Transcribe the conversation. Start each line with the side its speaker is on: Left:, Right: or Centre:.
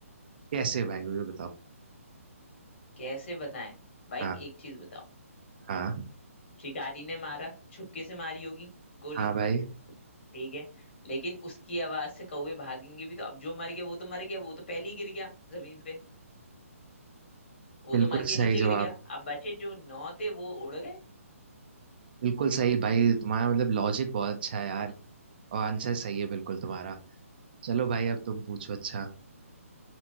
Right: कैसे भाई वो भी बताओ
Left: कैसे बताएं भाई
Right: हाँ
Left: एक चीज बताओ
Right: हाँ
Left: शिकारी ने मारा छुपके से मारी होगी गोली
Right: हाँ भाई
Left: ठीक है लेकिन उसकी आवाज से कौवे भागेंगे भी तो अब जो मर गया वो तो मर गया वो तो पहले ही गिर गया जमीन पे वो
Right: बिल्कुल
Left: तो मर के
Right: सही
Left: नीचे गिर
Right: जवाब
Left: गया अब बचे जो नौ थे वो उड़ गए
Right: बिल्कुल सही भाई तुम्हारा मतलब लॉजिक बहुत अच्छा है यार और आंसर सही है बिल्कुल तुम्हारा चलो भाई अब तुम पूछो अच्छा